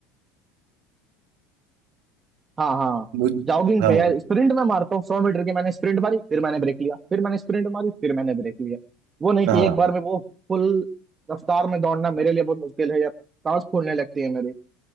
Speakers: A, on the right; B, on the right.
A: हाँ हाँ
B: मुझ
A: जॉगिंग
B: हाँ
A: पे यार स्प्रिंट मैं मारता हूँ सौ मीटर की मैंने स्प्रिंट मारी फिर मैंने ब्रेक लिया फिर मैंने स्प्रिंट मारी फिर मैंने ब्रेक लिया वो नहीं
B: हाँ
A: कि एक बार में वो फुल रफ्तार में दौड़ना मेरे लिए बहुत मुश्किल है यार सांस फूलने लगती है मेरी